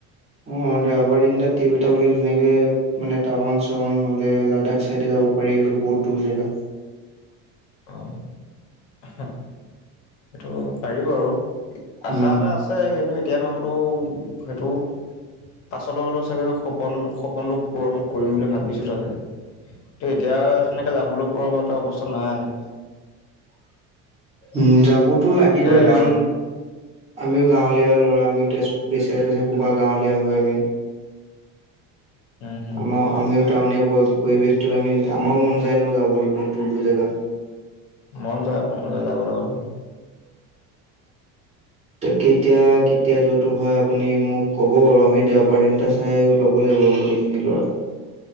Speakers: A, on the right; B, on the left.
A: অ দেওবাৰ দিনাত ট্ৰিপ এটা বুলিলে ধুনেকে মানে টাৱাং চাৱাং হলে লাডাখ চাইডে যাব পাৰি আৰু বহুত দূৰ জেগা
B: অ সেইটো পাৰি আৰু আশা
A: উম।
B: এটা আছে কিন্তু তেতিয়া নহ'লেও সেইটো পাছলৈ হ'লেও চাগে সপোন সপোনটো পূৰণ কৰিম বুলি ভাবিছো তাগে ত এতিয়া সেনেকে যাবলৈ পৰ্বত অৱস্থা নাই
A: উম যাম বতো
B: সেনেকে
A: লাগিবই কাৰণ আমিও গাঁৱলীয়া ল'ৰা আমিও বেচাৰ থাকো বা গাঁৱলীয়া হয় আমি
B: উম, হুম,
A: আমাৰ আমিও টাউনিয়া পৰিৱেশটোত আমি আমাৰো মন যায় ন যাবলৈ বহুত দূৰ দূৰ জেগা
B: মন যায় মন যায় যাবলৈ
A: ত কেতিয়া কেতিয়া যোৱাটো হয় আপুনি মোক ক'ব বাৰু আমি দেওবাৰ দিন এটা চাই ল'ব লাগিব গোটেইখিনি ল'ৰা